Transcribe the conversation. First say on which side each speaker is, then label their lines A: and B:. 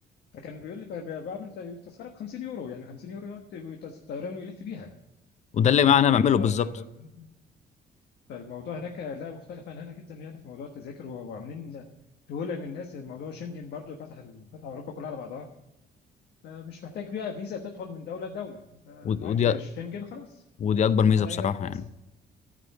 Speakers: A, on the left (about 70°); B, on the left (about 40°).
A: فكان بيقول لي ب- ب- بعمل زي تذكره ب 50 يورو يعني 50 يورو يقعد تز- طيران ويلف بيها
B: وده اللي
A: يعني انت
B: معانا
A: كنت
B: بعمله
A: رايح
B: بالظبط
A: د- د- فالموضوع هناك لا مختلف عن هنا جدا يعني في موضوع التذاكر و- وعاملين سهوله للناس موضوع شنجن برضو فتح ال- فتح اوروبا كلها على بعضها فمش محتاج بقى فيزا تدخل من دوله لدوله
B: ود-
A: معاك
B: ودي
A: بيها شنجن خلاص
B: ودي اكبر ميزه
A: تدخل اي
B: بصراحه
A: دوله انت عايزها
B: يعني